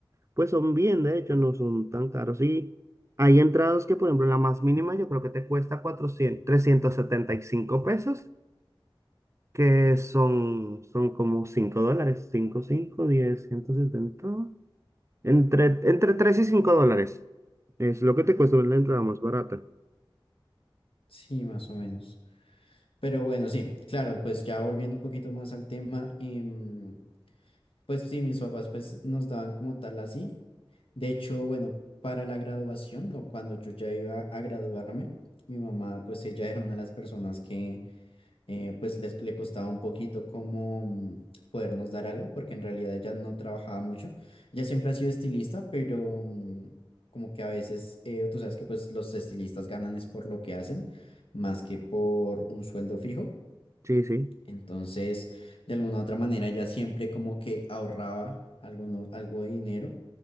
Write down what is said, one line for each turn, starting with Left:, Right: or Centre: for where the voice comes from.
Right: pues son bien, de hecho, no son tan caros. Y hay entradas que, por ejemplo, la más mínima yo creo que te cuesta cuatrocientos trescientos setenta y cinco pesos, que son, son como 5 dólares, cinco cinco diez ciento setenta entre, entre 3 y 5 dólares. Es lo que te cuesta la entrada más barata.
Left: Sí, más o menos. Pero bueno, sí, claro, pues ya volviendo un poquito más al tema, em, pues sí, mis papás pues nos daban como tal así. De hecho, bueno, para la graduación o cuando yo ya iba a graduarme, mi mamá, pues ella era una de las personas que eh, pues les, le costaba un poquito como mm, podernos dar algo, porque en realidad ella no trabajaba mucho. Ella siempre ha sido estilista, pero mm, como que a veces, eh, tú sabes que pues los estilistas ganan es por lo que hacen, más que por un sueldo fijo.
Right: Sí, sí.
Left: Entonces, de alguna u otra manera, ella siempre como que ahorraba alguno- algo de dinero